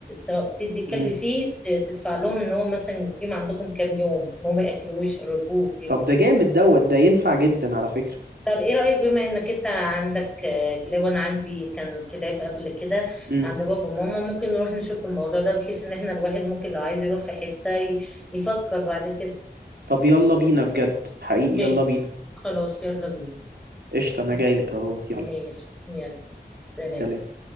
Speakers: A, in the centre; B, on the right (about 65°).
A: آه، ت- تدي الكلب
B: امم
A: فيه ت- تدفع لهم ان هو مثلا يقيم عندكم كام يوم هم ما ياكلوش يقربوه كده
B: طب ده جامد دوت ده ينفع جدا على فكرة
A: طب ايه رأيك بما انك انت عندك آه، كلاب وانا عندي كان كلاب قبل كده
B: امم
A: عند بابا وماما ممكن نروح نشوف الموضوع ده بحيث ان احنا الواحد ممكن لو عايز يروح في حتة ي- يفكر بعد كده
B: طب يلا بينا بجد حقيقي
A: م-
B: يلا بينا
A: خلاص يلا بينا
B: قشطة انا
A: ماشي
B: جايلك اهوت يلا
A: ماشي، يلا سلام
B: سلام